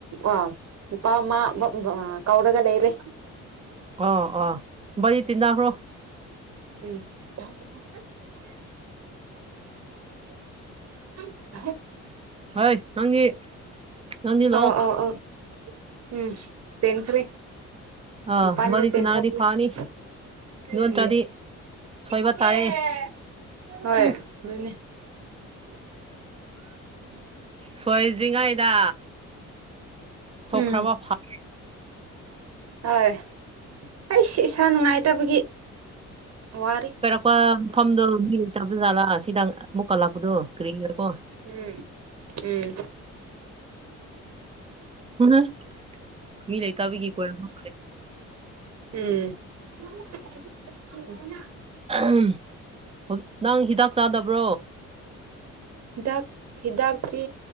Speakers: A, on the right; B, on the right.
A: ꯑꯥ ꯅꯨꯄꯥ ꯑꯃ ꯕ ꯕ ꯑꯥ ꯀꯧꯔꯒ ꯂꯩꯔꯦ꯫
B: ꯑꯣ ꯑꯣ ꯕꯩ ꯇꯤꯅꯈ꯭ꯔꯣ
A: ꯎꯝ <unintelligible> ꯑꯧ
B: ꯍꯥꯏ ꯅꯪꯗꯤ ꯅꯪꯗꯤ ꯂꯥꯛꯑꯣ
A: ꯑꯣ ꯑꯣ ꯑꯣ ꯎꯝ ꯄꯦꯟꯈ꯭ꯔꯦ꯫
B: ꯑꯥ
A: ꯃꯄꯥꯟꯗ
B: ꯃꯕꯥꯅꯤ
A: ꯆꯦꯟꯊꯣꯛꯔꯤ
B: ꯇꯤꯟꯅꯔꯗꯤ ꯐꯅꯤ
A: ꯎꯝ
B: ꯑꯗꯨ ꯅꯠꯇ꯭ꯔꯗꯤ ꯁꯣꯏꯕ
A: <unintelligible>
B: ꯇꯥꯔꯦ
A: ꯍꯣꯏ
B: ꯎꯝ
A: ꯑꯗꯨꯅꯦ
B: ꯁꯣꯏꯗ꯭ꯔꯤꯉꯥꯢꯗꯥ ꯊꯣꯛꯈ꯭ꯔꯕ
A: ꯎꯝ
B: <unintelligible>
A: ꯍꯣꯏ <unintelligible> ꯏꯁꯥ ꯅꯨꯡꯉꯥꯏꯇꯕꯒꯤ ꯋꯥꯔꯤ
B: ꯄ ꯃꯐꯝꯗꯣ ꯃꯤ ꯂꯩꯇꯕ ꯖꯥꯠꯂꯥ ꯁꯤꯗꯪ ꯑꯃꯨꯛꯀ ꯂꯥꯛꯄꯗꯣ ꯀ꯭ꯔꯤꯒꯤꯔꯀꯣ
A: ꯎꯝ ꯎꯝ
B: ꯍꯝꯍꯝ ꯃꯤ ꯂꯩꯇꯕꯒꯤ ꯀꯣꯏꯔꯝꯃꯣꯢ
A: ꯎꯝ <unintelligible>
B: <unintelligible> ꯍꯧꯖ ꯅꯪ ꯍꯤꯗꯥꯛ ꯆꯥꯗꯕ꯭ꯔꯣ
A: ꯍꯤꯗꯥꯛ ꯍꯤꯗꯥꯛꯇꯤ